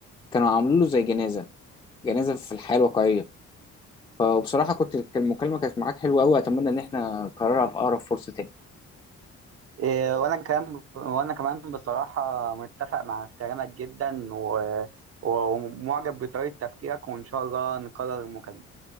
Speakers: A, on the left; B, on the right.
A: كانوا عاملين له زي جنازه جنازه في الحياه الواقعيه فبصراحه كنت المكالمه كانت معاك حلوه قوي اتمنى ان احنا نكررها في اقرب فرصه تاني
B: آه، وأنا كمان وأنا كمان بصراحة متفق مع كلامك جدا و- ومعجب بطريقة تفكيرك وإن شاء الله نكرر المكالمة